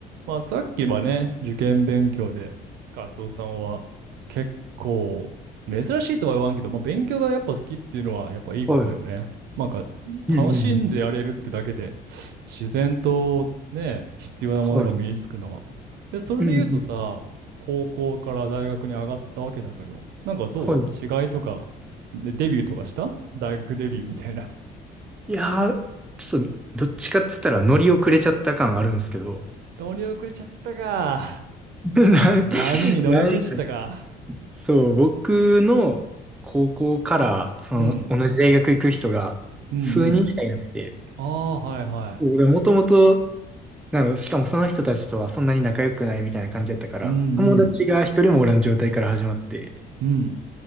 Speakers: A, on the right; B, in the centre.
A: まあさっきはね、受験勉強で、カツオさんは結構珍しいとは言わんけど、まあ勉強がやっぱ好きっていうのはやっぱいいことよね。
B: はい。
A: なんか
B: うんうんうん。
A: 楽しんでやれるってだけで、自然とね、必要なものが身につくのは。
B: はい。
A: で、それで言うとさ、
B: うんうん。
A: 高校から大学に上がったわけだけど、なんかどう違いとか、
B: はい。
A: で、デビューとかした大学デビューみたいな。
B: い <laughs> やー、ちょっと、どっちかって言ったら乗り遅れちゃった感あるんですけど。
A: <laughs> 乗り遅れちゃったか。
B: <laughs>
A: 波に乗り遅れちゃったか。
B: ななそう、僕の高校から、その、
A: うん。
B: 同じ大学行く人が数人しかいなくて、
A: うんうん。ああ、はいは
B: もともと、なの、しかもその人たちとはそんなに仲良くないみたいな感じだったから、
A: い。うんう
B: 友達が一人もおらん状態から始まって、
A: ん。うん。